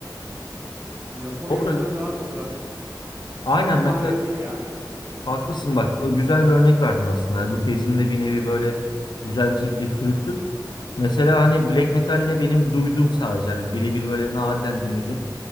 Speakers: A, on the right; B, on the left.
A: Japonya
B: Doğru.
A: bizden daha doğuda.
B: Aynen
A: O bir
B: mesela
A: bahane değil yani.
B: haklısın bak o güzel bir örnek verdin aslında. Yani bu tezimde bir nevi böyle güzel bir şekilde çürüttüm. Mesela hani black metal'de benim duyduğum sadece hani birebir böyle nadiren dinlediğim